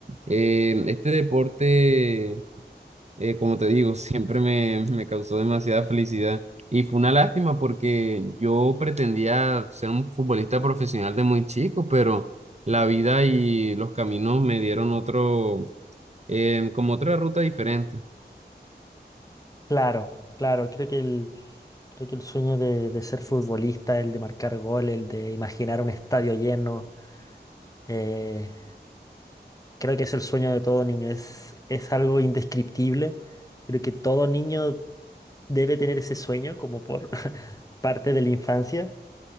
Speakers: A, on the right (about 40°); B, on the left (about 20°).
A: Em, este deporte eh, como te digo, siempre me, me causó demasiada felicidad. Y fue una lástima porque yo pretendía ser un futbolista profesional de muy chico, pero la vida y los caminos me dieron otro, eh como otra ruta diferente.
B: Claro, claro, creo que el, creo que el sueño de, de ser futbolista, el de marcar goles, el de imaginar un estadio lleno, eh, creo que es el sueño de todo niño, es, es algo indescriptible. Creo que todo niño debe tener ese sueño como por <laughs> parte de la infancia.